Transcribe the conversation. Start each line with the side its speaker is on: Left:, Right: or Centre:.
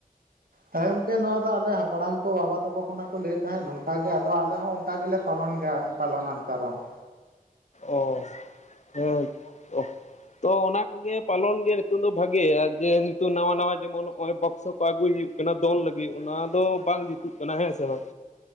Right: ᱦᱮᱸ ᱜᱚᱝᱠᱮ ᱱᱚᱣᱟ ᱫᱚ ᱟᱞᱮ ᱦᱟᱯᱲᱟᱢ ᱠᱚ ᱵᱟᱵᱟ ᱛᱟᱠᱚ ᱠᱷᱚᱱᱟᱜ ᱠᱚ ᱞᱟᱹᱭᱮᱫ ᱛᱟᱦᱮᱸᱫ ᱱᱚᱝᱠᱟ ᱜᱮ ᱟᱫᱚ ᱟᱞᱮ ᱦᱚᱸ ᱚᱱᱠᱟ ᱜᱮᱞᱮ ᱯᱟᱞᱚᱱ ᱜᱮᱭᱟ᱾ <unintelligible>
Left: ᱚ ᱦᱮᱸ <unintelligible> ᱛᱚ ᱚᱱᱟ ᱠᱚᱜᱮ ᱯᱟᱞᱚᱱ ᱜᱮ ᱱᱤᱛᱚᱝ ᱫᱚ ᱵᱷᱟᱜᱮ ᱡᱮ ᱱᱤᱛᱚᱜ ᱱᱟᱣᱟ ᱱᱟᱣᱟ ᱡᱮᱢᱚᱱ ᱱᱚᱜᱼᱚᱭ ᱵᱚᱠᱥᱚ ᱠᱚ ᱟᱹᱜᱩᱭ ᱦᱩᱭᱩᱜ ᱫᱚᱱ ᱞᱟᱹᱜᱤᱫ ᱚᱱᱟ ᱫᱚ ᱵᱟᱝ ᱡᱩᱛᱩᱜ ᱠᱟᱱᱟ ᱦᱮᱸ ᱥᱮ ᱵᱟᱝ?